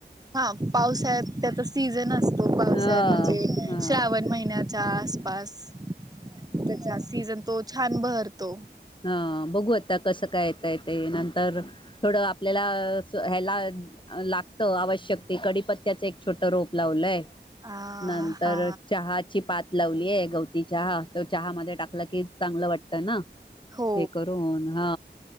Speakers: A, on the right (about 20°); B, on the left (about 25°).
A: हा पावसा्यात त्याचा सीझन असतो पावसाळ्यात
B: ह
A: म्हणजे
B: ह
A: श्रावण महिन्यात च्या आसपास त्याचा सीझन तो छान बहरतो.
B: हा बघू आता कसं काय येत य ते नंतर थोडं आपल्याला ह्याला लागतं आवश्यक ते कडीपत्त्याच एक छोट रोप लावलंय.
A: आ
B: नंतर
A: हा
B: चहाची पात लावलीय गवती चहा. तो चहामध्ये टाकला की चांगलं वाटतं ना.
A: हो
B: हे करून हा